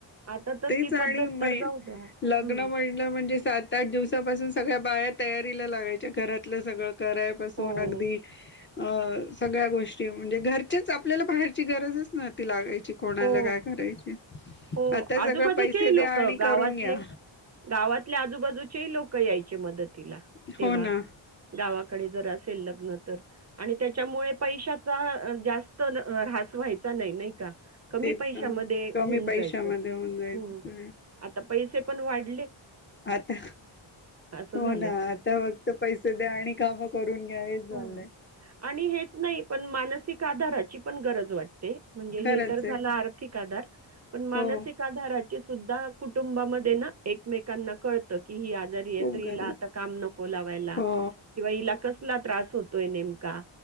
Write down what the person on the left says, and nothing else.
तेच
आणि
म
लग्न
म्हणलं म्हणजे सात आठ दिवसापासून सगळ बाहेर तयारीला लागायच्या घरातलं सगळं करायपासून
अगदी अ सगळ्या गोष्टी म्हणजे घरचेच आपल्याला बाहेरची गरजच न ती लागायची कोणाला
काय करायची
आता
सगळं पैसे द्या
आणि
करून घ्या
हो
ना
तेच
कमी
पैशामध्ये
होऊन जायचं सगळं
आता
हो
ना आता फक्त पैसे द्या आणि काम करून घ्या झालंय
खरंच
आहे
हो
खूप गरज
हो